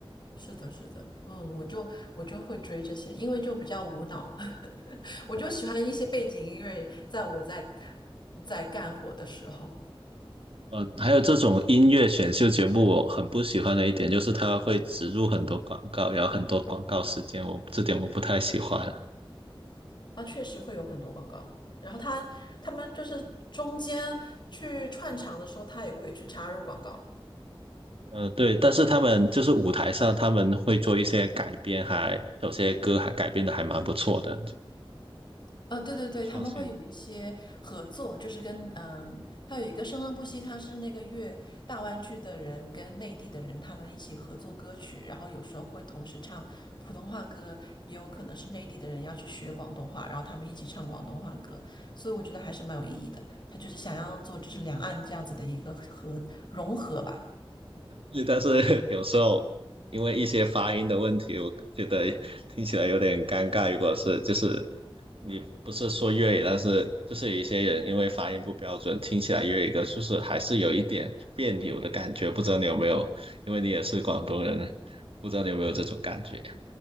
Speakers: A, on the left (about 50°); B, on the right (about 75°).
A: 是的，是的，嗯，我就我就会追这些，因为就比较无脑，<laughs> 我就喜欢一些背景音乐，
B: 哦
A: 在我在在干活的时候。
B: 呃，还有这种音乐选秀节目，我很不喜欢的一点就是它会植入很多广告，然后很多广告时间，我这点我不太喜欢。
A: 啊，确实会有很多广告。然后他他们就是中间去串场的时候，他也会去插入广告。
B: 呃，对，但是他们就是舞台上他们会做一些改编还，有些歌还改编的还蛮不错的，
A: 啊，对对对，
B: 有创新。
A: 他们会有一些合作，就是跟嗯，还有一个《生生不息》，他是那个粤大湾区的人跟内地的人他们一起合作歌曲，然后有时候会同时唱普通话歌，也有可能是内地的人要去学广东话，然后他们一起唱广东话歌，所以我觉得还是蛮有意义的。他就是想要做就是两岸这样子的一个合融合吧。
B: 对但是 <laughs> 有时候因为一些发音的问题，我觉得听起来有点尴尬。如果是就是你不是说粤语，但是就是有一些人因为发音不标准，听起来粤语歌就是还是有一点别扭的感觉。不知道你有没有？因为你也是广东人，不知道你有没有这种感觉？<laughs>